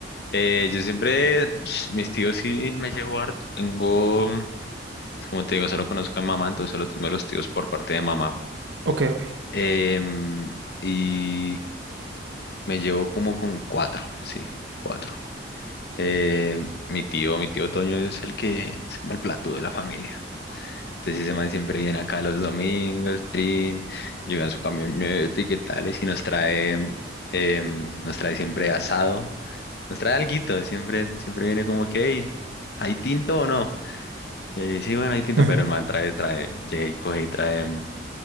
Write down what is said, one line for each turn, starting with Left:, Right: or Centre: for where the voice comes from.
Left: Eh, yo siempre, <sniffs> mis tíos sí me llevo harto. Tengo. Como te digo, solo conozco a mi mamá, entonces solo tengo a los tíos por parte de mamá.
Right: Ok, ok.
Left: Em, y me llevo como con cuatro, sí, cuatro. Eh, mi tío, mi tío Toño es el que es como el plato de la familia. Entonces ese man siempre viene acá los domingos, trin, llega en su camioneta y qué tales, y si nos trae, em, nos trae siempre asado, nos trae alguito, siempre, siempre viene como que, "Hey, ¿hay tinto o no? Eh, sí, bueno, hay tinto,
Right: Ujú.
Left: pero el man trae, trae, llega y coge y trae. em,